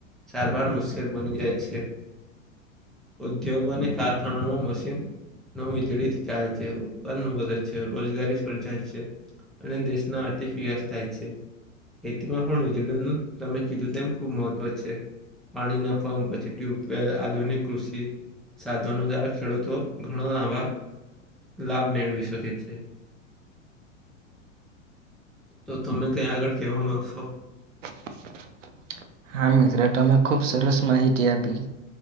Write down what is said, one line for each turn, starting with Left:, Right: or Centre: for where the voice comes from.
Centre: સારવાર મુશ્કેલ બની જાય છે. ઉદ્યોગો અને કારખાનામાં મશીન નવ વીજળીથી ચાલે છે ઉત્પાદન વધે છે રોજગારી સર્જાય છે. અને દેશના આર્થિક વિકાસ થાય છે. ખેતીમાં પણ વેજળીનું તમે કીધું તેમ ખુબ મહત્વ છે. પાણીના પપ પછી ટ્યુબવેલ આધુનિક કૃષિ સાધનો દ્વારા ખેડૂતો ઘણો લાંબા લાભ મેળવી શકે છે. તો તમે ક્યાં આગળ કહેવા માગશો?
Right: <inaudible> હા મિત્ર તમે ખુબ સરસ માહિતી આપી.